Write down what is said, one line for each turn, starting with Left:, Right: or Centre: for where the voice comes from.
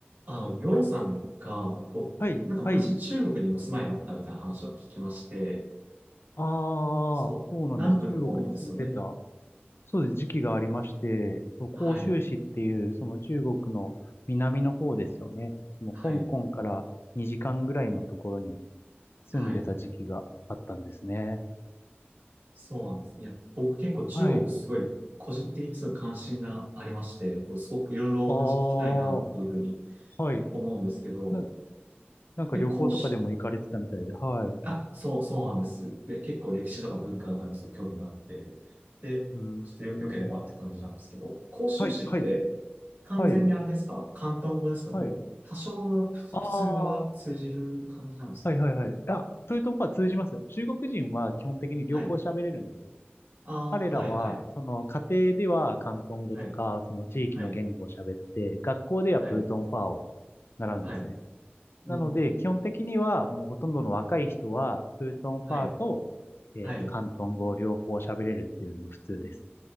Right: あ、ようさんが、こう、
Left: はい、
Right: なんか昔中国にお住まいだったみたいな話を聞きまして、
Left: はい。ああ、
Right: そう、
Left: そうなんです。
Right: 南部の方なんですよね。
Left: 中国に住んでた、そうです、時期がありまして、そう、
Right: はい、
Left: 広州市っていう、その中国の南の方ですよね。その香港から2時間ぐらいのところに
Right: はい、
Left: 住んでた時期があったんですね。
Right: はい、そうなんです。いや、僕結構中国すごい、
Left: はい。
Right: 個人的にすごい関心がありまして、こうすごくいろいろお話聞きたいなっていうふうに
Left: ああ、はい。
Right: 思うんですけど、
Left: な、なんか旅行とかでも行かれてたみたいで、
Right: え、講師、
Left: はい。う
Right: あ、そう、そうなんです。で、結構歴史とか文化とかにもすごい興味があって、で、
Left: ーん。
Right: ちょっとよ、良ければって感じなんですけど、広州市って完全にあれですか広東語ですかもう多少の普普通話が通じる感じなんですか
Left: はい、はい、はい、はい。ああ、はいはいはい。あ、それとは通じますよ。中国人は基本的に両方喋れるんですよ。
Right: はい。ああ、
Left: 彼らは、
Right: はい、はい、
Left: その家庭では広東語とか、
Right: はい、
Left: その地域の言語を喋って、
Right: はい、
Left: 学校ではプートンファーを
Right: はい、
Left: 習うんですね。
Right: はい、うん、
Left: なので、基本的にはもうほとんどの若い人は、プートンファーと、
Right: はい、
Left: えっと、
Right: はい。
Left: 広東語を両方喋れるっていうのが普通です。